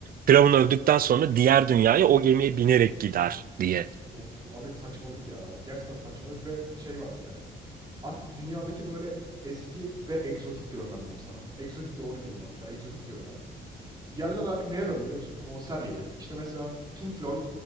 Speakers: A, on the right; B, on the right.
A: Firavun öldükten sonra diğer dünyaya o gemiye binerek gider diye.
B: Of abi saçmalık ya. Gerçekten saçmalık ve şey var bir de. Artık dünyadaki böyle eski ve egzotik görünen diyeyim sana. Egzotik doğru kelime hatta. Egzotik görünen Yerler artık neye döndü biliyor musun? Konser yeri. İşte mesela Pink Floyd